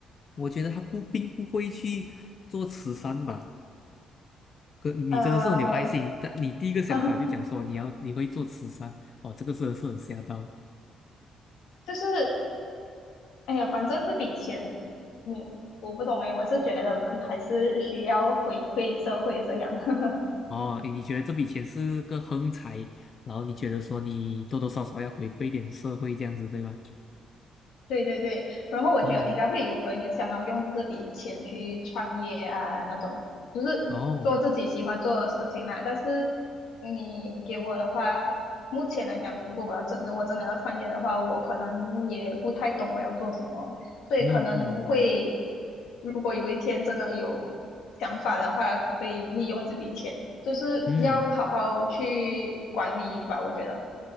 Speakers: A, on the left; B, on the left.
A: 我觉得他不并不会去做慈善吧，哥，你真的是很有爱心。
B: 呃，
A: 但你第一个想法就讲说你要你会做慈善，
B: <laughs>
A: 哦，这个真的是很吓到。
B: 就是哎呀，反正这笔钱你我不懂哎，我是觉得可还是需要回馈社会这样。<laughs>
A: 哦，你你觉得这笔钱是个横财，然后你觉得说你多多少少要回馈一点社会这样子，对吗？
B: 对对对，然后我觉得应该会有人有想要用这笔钱去创业啊，
A: 嗯，
B: 那种就是做自己喜欢做的事情啦。
A: 哦，
B: 但是你给我的话，目前来讲，如果我要真的我真的要创业的话，我可能也不太懂我要做什么，所以可能会，
A: 嗯嗯嗯
B: 如果有一天真的有想法的话，可以利用这笔钱，就是要好好去管理吧，
A: 嗯
B: 我觉得。